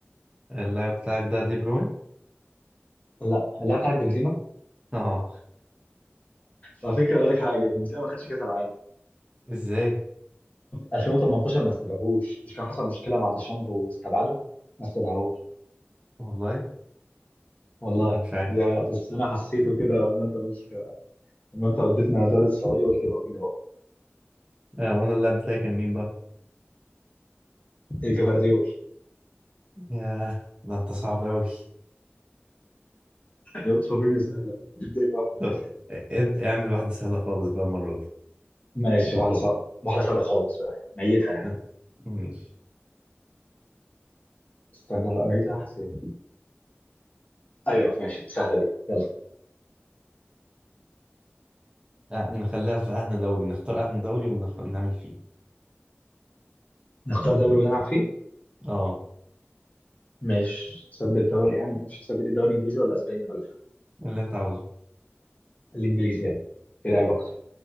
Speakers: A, on the right; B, on the left.
A: اللاعب بتاعك ده دي بروين
B: لا اللاعب بتاعك بنزيما
A: اه
B: على فكرة اقول لك حاجة بنزيما ما خدش كأس العالم
A: ازاي
B: 2018 ما استدعوهوش مش كان حصل مشكله مع ديشامب واستبعده ما استدعوهوش
A: والله
B: والله
A: انا مش عارف
B: يا بس انا حسيته كده لما انت مش لما انت وديتنا دار السعودي قلت يبقى كده هو
A: آه، وانا اللاب بتاعي كان مين بقى
B: إيه جفارديول
A: ياه ده انت صعب قوي
B: يوصف فيديو سهله اديك واحده
A: طب
B: كده
A: اد- اعمل واحدة سهلة خالص بقى المرة دي
B: ماشي واحده صعبه واحده سهله خالص بقى ميته يعني
A: ف- ماشي
B: استنى لا ميته واحد فين ايوه ماشي سهله دي يلا
A: آه، نخليها في أهنى دوري نختار أهنى دوري ونعمل فيه
B: نختار دوري ونلعب فيه
A: اه
B: ماشي تثبت دوري يعني مش تثبت الدوري الانجليزي ولا اسباني ولا إيه؟
A: اللي انت عاوزه
B: الانجليزي يلا في لعب اكتر